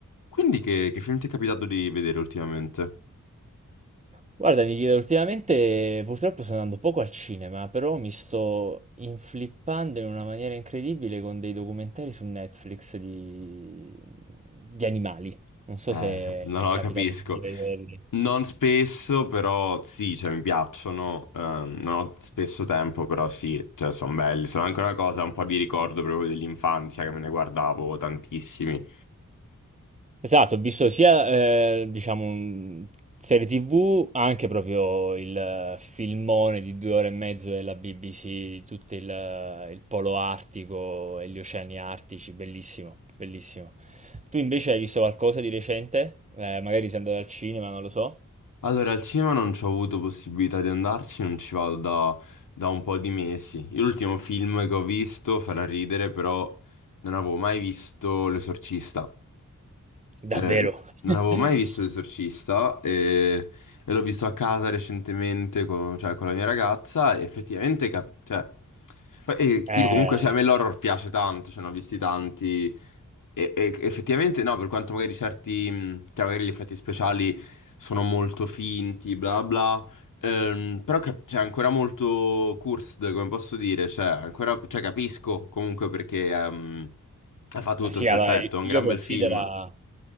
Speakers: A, on the left; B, on the right.
A: Quindi che, che film ti è capitato di vedere ultimamente?
B: Guarda, Michele, ultimamente purtroppo sto andando poco al cinema, però mi sto inflippando in una maniera incredibile con dei documentari su Netflix di, di animali. Non so
A: Eh,
B: se
A: <laughs> no,
B: ti
A: no,
B: è capitato
A: capisco.
B: di vederli.
A: Non spesso, però sì, cioè mi piacciono. Ehm, non ho spesso tempo, però sì, cioè sono belli. Sono anche una cosa, un po' di ricordo proprio dell'infanzia che me ne guardavo tantissimi.
B: Esatto, ho visto sia, eh, diciamo, un- serie TV, anche proprio il eh, filmone di due ore e mezzo della BBC, tutto il, eh, il polo artico e gli oceani artici, bellissimo, bellissimo. Tu invece hai visto qualcosa di recente? Eh, magari sei andato al cinema, non lo so.
A: Allora, al cinema non ci ho avuto possibilità di andarci, non ci vado da, da un po' di mesi. L'ultimo film che ho visto farà ridere, però non avevo mai visto L'Esorcista.
B: Davvero?
A: eh,
B: <laughs>
A: non avevo mai visto L'Esorcista e, e l'ho visto a casa recentemente con, cioè, con la mia ragazza e effettivamente... cap- cioè, poi, eh,
B: Eh,
A: io comunque, cioè, a me l'horror piace tanto, cioè, ne ho visti tanti e, e effettivamente no, per quanto magari certi, mh, cioè, magari gli effetti speciali sono molto finti, bla bla, ehm, però cap- c'è ancora molto cursed, come posso dire, cioè, ancora, cioè, capisco comunque perché ehm, ha fatto
B: ma
A: tutto
B: sì,
A: questo
B: allora,
A: effetto,
B: io
A: è un gran
B: considero...
A: bel film.